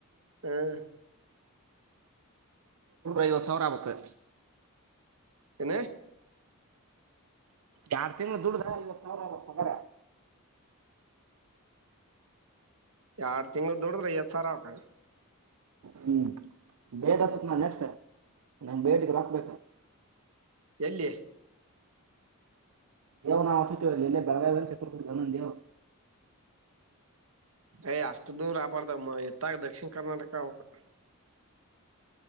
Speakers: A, on the right (about 65°); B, on the right (about 80°).
A: ಹ್ಮ್
B: ಐವತ್ ಸಾವ್ರ ಆಗ್ಬೇಕು.
A: ಎನೆ.
B: ಎರಡ್ ತಿಂಗ್ಳ ದುಡ್ದ ಐವತ್ತು ಸಾವ್ರ ಆಗ್ಬೇಕು ಅಕರೆ.
A: ಎರಡ್ ತಿಂಗ್ಳು ದುಡುದ್ರೆ ಎಸ್ ಸರ <unintelligible>
B: ಹ್ಮ್ ಬೇಡ <unintelligible> ನಾನ್ ಬೇಡಿಗೆ ರಾಕ್ಬೇಕ
A: ಎಲ್ಲಿ
B: ದೇ ನಾವುಚತವರಲ್ಲಿ ಎಲ್ಲ ಬೆಳಗಾವಿ ಚಿಕ್ಕ ದೇವು.
A: ಯ್ ಅಷ್ಟ್ ದೂರ ಆಬಾರ್ದ ಎತ್ತಾಗ ದಕ್ಷಿಣ ಕರ್ನಾಟಕ ಅವ್ --